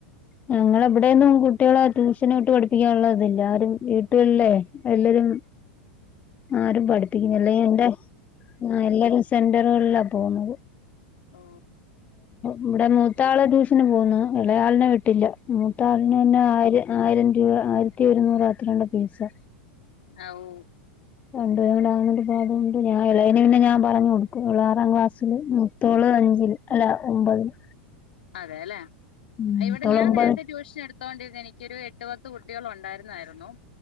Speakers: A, on the left; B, on the left.
A: ഞങ്ങളെ ഇവിടെ എന്നും കുട്ടിളെ ട്യൂഷന് വിട്ട് പഠി ഈ ഒള്ളതെല്ലാരും വീട്ടിള്ളെ എല്ലരും ആരും പഠിപ്പിക്കുന്നില്ല. എന്റെ എല്ലരും സെ <unintelligible> പോന്നത്
B: ഓ
A: ഇവിടെ മൂത്താള് ട്യൂഷന് പോകുന്നു എളേയാളിനെ വിട്ടില്ല ഉം. <unintelligible> ആയിരു ആയിരം ഒരു ആയിരത്തിഒരുന്നൂറ് അത്രയുണ്ട് ഫീസ്
B: ആ ഓഹ്
A: രണ്ട് പേരും കൂടെ ആയോണ്ട് അതുകൊണ്ട് ഞാൻ ഇളയവന് ഞാൻ പിന്നെ പറഞ്ഞു കൊടുക്കും. ഓള് ആറാം ക്ലാസ്സില് മുത്തോള് അഞ്ചില് അല്ല ഒമ്പതില്
B: വേല
A: ഉം
B: ഇവിടെ
A: മൂത്തോള്
B: ഞാൻ
A: ഒമ്പത്
B: നേരത്തെ ട്യൂഷൻ എടു എടുത്തോണ്ടിരുനെനിക്കൊരു എട്ടു പത്ത് കുട്ടികളൊണ്ടാരുന്നാരുന്നു